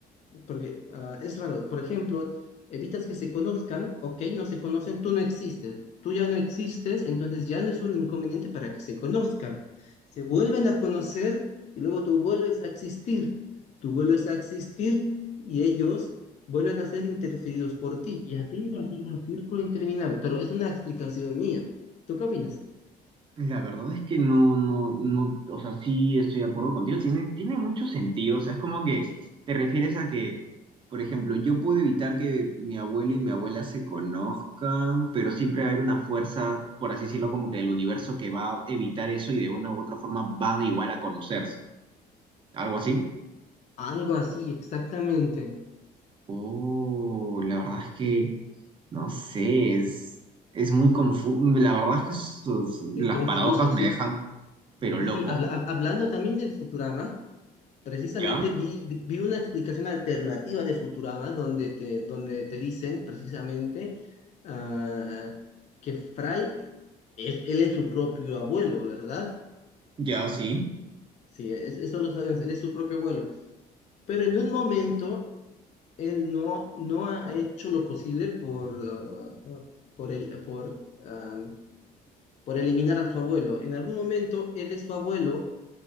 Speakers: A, on the left; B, on the right.
A: Porque ah, es raro. Por ejemplo, evitas que se conozcan, ok, no se conocen, tú no existes. Tú ya no existes, entonces ya no es un inconveniente para que se conozcan. Se vuelven a conocer y luego tú vuelves a existir. Tú vuelves a existir y ellos vuelven a ser interferidos por ti. Y así va a ser un círculo interminable. Pero es una explicación mía. ¿Tú qué opinas?
B: La verdad es que no, no, no, o sea, sí estoy de acuerdo contigo. Tiene, tiene mucho sentido. O sea, es como que te refieres a que, por ejemplo, yo puedo evitar que mi abuelo y mi abuela se conozcan, pero siempre va a haber una fuerza, por así decirlo, como que del universo que va a evitar eso y de una u otra forma van igual a conocerse. ¿Algo así?
A: Algo así, exactamente.
B: Oh, la verdad es que. No sé, es, es muy confuso. La verdad es que sus- las
A: Es confuso,
B: paradojas me
A: sí.
B: dejan, pero
A: Y
B: loco.
A: sí, habla- hab- hablando también del Futurama. Precisamente
B: ¿Ya?
A: vi, vi vi una explicación alternativa de Futurama donde te, donde te dicen precisamente ah, que Fry, es- él es su propio abuelo, ¿verdad?
B: ¿Ya sí?
A: Sí, es- eso lo sabemos, él es su propio abuelo. Pero en un momento él no, no ha hecho lo posible por, ah, por, el, por, ah, por eliminar a su abuelo. En algún momento él es su abuelo